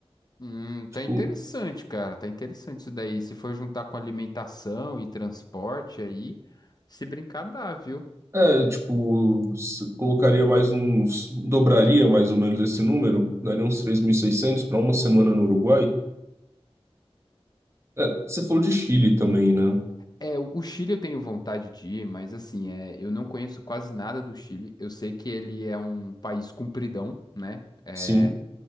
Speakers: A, on the left (about 40°); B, on the right (about 25°).
A: Hum,
B: Tipo,
A: tá interessante, cara. Tá interessante isso daí. Se for juntar com alimentação e transporte aí, se brincar dá, viu?
B: é, é, tipo, se- colocaria mais uns. Dobraria mais ou menos esse número, daria uns 3.600 para uma semana no Uruguai. É, você falou de Chile também, né?
A: É, o o Chile eu tenho vontade de ir, mas assim, é, eu não conheço quase nada do Chile. Eu sei que ele é um país compridão, né? É,
B: Sim,